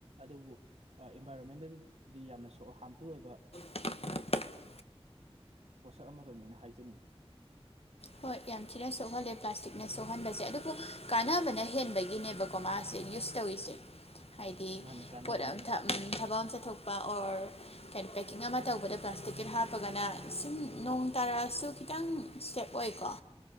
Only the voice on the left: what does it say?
<inaudible>
ꯍꯣꯏ ꯌꯥꯝ ꯊꯤꯅ ꯁꯣꯛꯍꯜꯂꯦ ꯄ꯭ꯂꯥꯁꯇꯤꯛꯅ ꯁꯣꯛꯍꯟꯕꯁꯦ ꯑꯗꯨꯕꯨ ꯀꯥꯟꯅꯕꯅ ꯍꯦꯟꯕꯒꯤꯅꯦꯕ ꯀꯣ ꯃꯥꯁꯦ ꯌꯨꯁ ꯇꯧꯏꯁꯦ ꯍꯥꯏꯗꯤ
ꯄꯣꯠ ꯑꯃ
<unintelligible> ꯊꯕꯛ ꯑꯃ ꯆꯠꯊꯣꯛ ꯕ ꯑꯣꯔ ꯀꯦ ꯄꯦꯛꯀꯤꯡ ꯑꯃ ꯇꯧꯕꯗ ꯄ꯭ꯂꯥꯁꯇꯤꯛꯀꯤ ꯍꯥꯞꯄꯒꯅ ꯁꯨꯝ ꯅꯣꯡ ꯇꯥꯔꯛꯑꯁꯨ ꯈꯤꯇꯪ ꯁ꯭ꯇꯦꯞ ꯑꯣꯏꯀꯣ